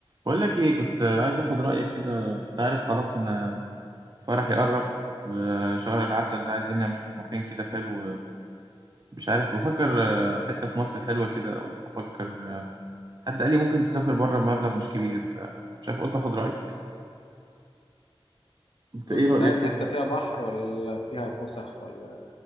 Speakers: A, on the right (about 45°); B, on the left (about 70°).
A: بقول لك ايه كنت عايز اخد رايك كده انت عارف خلاص ان فرحي قرب وشهر العسل ده عايزين نعمله في مكان كده حلو مش عارف بفكر آه، حته في مصر حلوه كده او بفكر آه، حد قال لي ممكن تسافر بره بمبلغ مش كبير فمش عارف قلت اخد رايك انت
B: بص
A: ايه رايك
B: انت عايز
A: كده
B: حته
A: مم.
B: فيها بحر ولا فيها فسح ولا